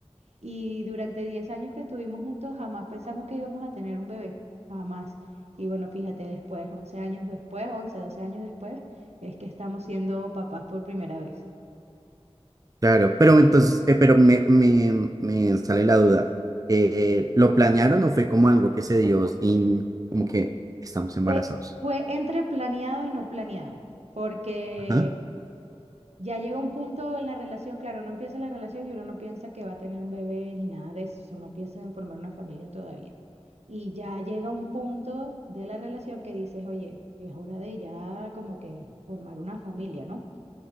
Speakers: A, on the right; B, on the right.
A: Y durante 10 años que estuvimos juntos, jamás pensamos que íbamos a tener un bebé, jamás. Y bueno, fíjate, después, 11 años después, 11 12 años después, es que estamos siendo papás por primera vez.
B: claro, pero entonces, eh, pero me, me, me sale la duda. Eh, ¿lo planearon o fue como algo que se dio sin, como que estamos embarazados?
A: Fue, fue entre planeado y no planeado, porque
B: Ajá.
A: ya llega un punto en la relación, claro, uno empieza la relación y uno no piensa que va a tener un bebé ni nada de eso, no piensa en formar una familia todavía. Y ya llega un punto de la relación que dices, oye, es hora de ya como que formar una familia, ¿no?